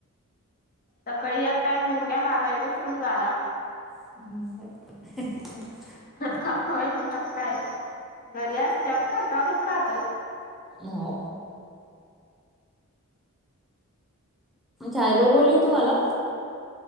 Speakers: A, on the left; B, in the centre.
A: सकाळी एक टाइम होऊन गेला आता दुसरून झाला.
B: <inaudible>
A: हा हा हा. होय मग आता काय? घरी असल्यावर काय चालूच राहत.
B: हो. छायाबाई बोलली तुम्हाला